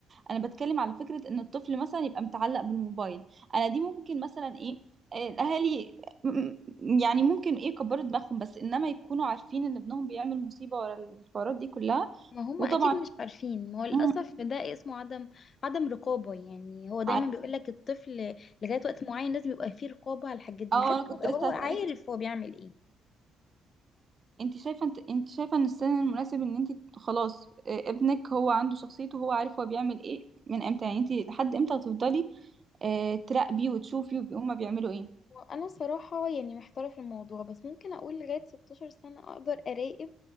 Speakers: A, on the right; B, on the left.
A: أنا بتكلم على فكرة إن الطفل مثلا يبقى متعلق بالموبايل أنا دي ممكن مثلا إيه آه، الأهالي م- م- يعني ممكن إيه يكبروا دماغهم بس إنما يكونوا عارفين إن ابنهم بيعمل مصيبة ورا الحوارات دي كلها
B: ما هم
A: وطبعا
B: اكيد مش عارفين ما هو للاسف
A: مم.
B: ده اسمه عدم عدم رقابه يعني هو دايما
A: عارف-
B: بيقول لك الطفل لغايه وقت معين لازم يبقى فيه رقابه على الحاجات دي
A: اه
B: لغايه
A: أنا كنت
B: ما يبقى
A: لسه
B: هو
A: هسألك
B: عارف هو بيعمل ايه
A: انت شايفه انت, انت شايفه ان السن المناسب ان انت خلاص آه، ابنك هو عنده شخصيته هو عارف هو بيعمل ايه من امتى يعني انت لحد امتى هتفضلي آه، تراقبي وتشوفي وب- هما بيعملوا ايه
B: انا صراحه يعني محتاره في الموضوع بس ممكن اقول لغايه 16 سنه اقدر اراقب